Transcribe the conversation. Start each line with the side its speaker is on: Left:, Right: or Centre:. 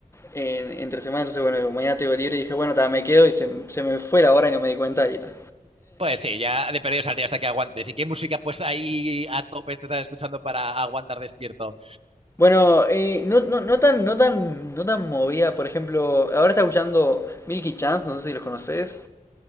Left: en- entre semana, entonces, bueno, mañana tengo libre y dije, bueno, ta, me quedo y se, se me fue la hora y no me di cuenta y ta.
Right: Pues sí, ya de perdido saldría hasta que aguantes. ¿Y qué música pues ahí a tope te estás escuchando para aguantar despierto?
Left: Bueno, eh, no, no, no tan, no tan, no tan movida, por ejemplo, ahora está escuchando Milky Chance, no sé si los conoces.